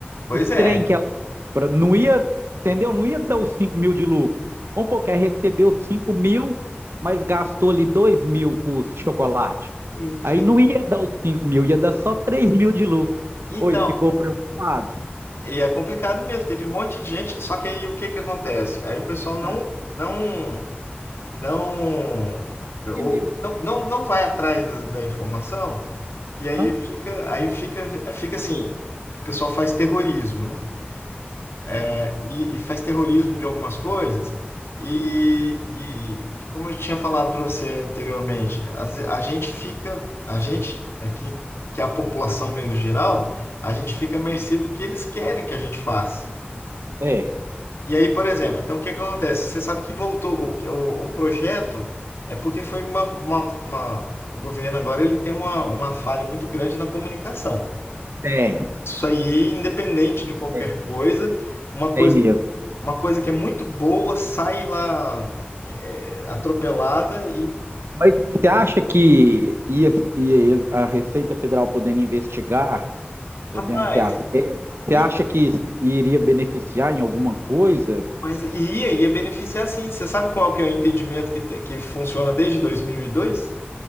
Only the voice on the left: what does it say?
Pois
é.
Ent-
Então,
E é complicado mesmo, teve um monte de gente, só que aí o que que acontece? Aí o pessoal não
não não ou,
não, não, não vai atrás da, da informação e aí
fica aí fica fica assim, o pessoal faz terrorismo, né? É, e, e faz terrorismo de algumas coisas e, e, e como eu tinha falado para você anteriormente, as- a, gente fica a gente aqui que é a população menos geral, a gente fica à mercê do que eles querem que a gente faça.
E aí, por exemplo, então o que é que acontece? Você sabe que voltou o, que- o, o projeto é porque foi uma, uma, uma- o governo agora ele tem uma, uma falha muito grande na comunicação.
Isso aí, independente de qualquer
coisa, uma coisa,
uma coisa que é muito boa sai lá é, atropelada e,
rapaz,
e,
mas e aí ia beneficiar sim. Você sabe qual que é o entendimento que, te- que funciona desde 2002?